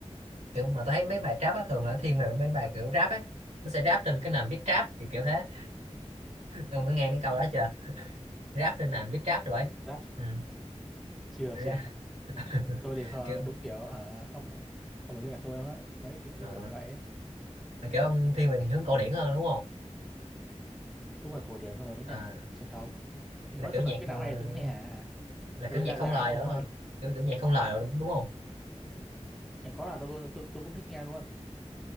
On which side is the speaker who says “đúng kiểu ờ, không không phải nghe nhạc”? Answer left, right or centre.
Centre